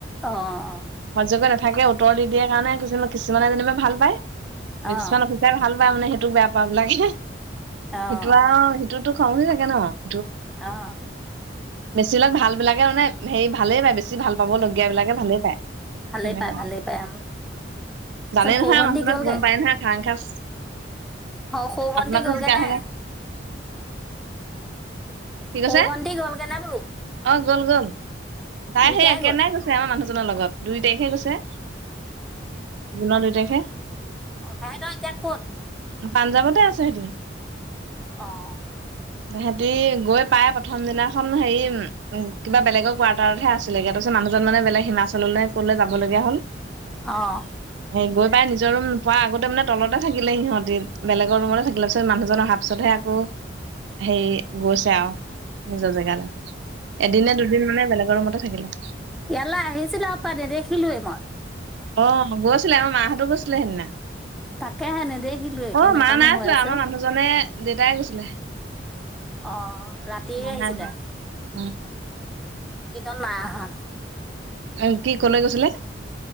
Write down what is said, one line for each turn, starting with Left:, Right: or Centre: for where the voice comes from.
Centre: অঁ
Right: সহ্য কৰি নাথাকে থাকে উত্তৰ দি দিয়াৰ কাৰণে কিমান কিছুমানে যেনিবা ভাল পায় মেক্সিমাম
Centre: অঁ
Right: অফিচাৰে ভাল পায় মানে বেয়া পাওক লাগে
Centre: অঁ
Right: সেইটো আৰু তোতো খঙ উঠি থাকে ন
Centre: অঁ
Right: বেছি বিলাক ভাল বিলাকে মানে হেৰি ভালেই পায় বেছি বেছি ভাল পাব লগগীয়া বিলাকে ভালে পায়
Centre: ভালেই
Right: তেনেকুৱা
Centre: পায় ভালেই পায় তাৰপিছত
Right: জানেই নহয়
Centre: সৰু ভণ্টি
Right: মানুহজনক
Centre: গ'লগৈ
Right: গম পায় নহয় খাৰং খাচ
Centre: সৰু ভণ্টি
Right: আপোনাকো
Centre: গ'লগৈ
Right: জোকাই
Centre: নে
Right: থাকে কি
Centre: সৰু
Right: কৈছে
Centre: ভণ্টি গ'লগৈ নে বোলো
Right: অঁ গ'ল গ'ল তাই
Centre: দুইটাই
Right: সেই একেদিনাই
Centre: গ'ল
Right: গৈছে আমাৰ মানুহজনৰ লগত দুই তাৰিখে গৈছে জুনৰ দুই তাৰখে
Centre: অঁ সেহেঁতৰ এতিয়া ক'ত
Right: পাঞ্জাৱতে আছো সেহতি
Centre: অঁ
Right: সিহঁতি গৈ পাই প্ৰথম দিনাখন হেৰি কিবা বেলেগৰ কোৱাৰ্টাৰতহে আছিলে তাৰপিছত মানুহজন মানে বেলেগ হিমাচললৈ ক'লে যাব লগীয়া হ'ল
Centre: অঁ
Right: সেই গৈ পাই নিজৰ নোপোৱাৰ আগতে মানে তলতে থাকিলে সিহঁত বেলেগৰ ৰুমতে থাকিলে পিছত মানুহজন অহাৰ পিছতহে আকৌ হেৰি গৈছে আৰু নিজৰ জেগাত এদিনে দুদিন মানে বেলেগৰ মতে। থাকিলা।
Centre: ইয়ালা আহিছিলা প দেখিলো মই।
Right: অহ ', গৈছিলে আমাৰ মাহঁতো গৈছিলে সেইদিনা।
Centre: তাকে হে নেদেখিলো
Right: অ
Centre: কেনেকুৱানো
Right: মা নাই
Centre: হৈ
Right: যোৱা
Centre: আছে
Right: আমাৰ মানুহজনে দেউতাই গৈছিলে
Centre: অহ ', ৰাতিয়ে
Right: মা
Centre: আহিছিলে।
Right: নাই যোৱা উম
Centre: দিনত নাই অহা।
Right: অহ ', কি কলে গৈছিলে।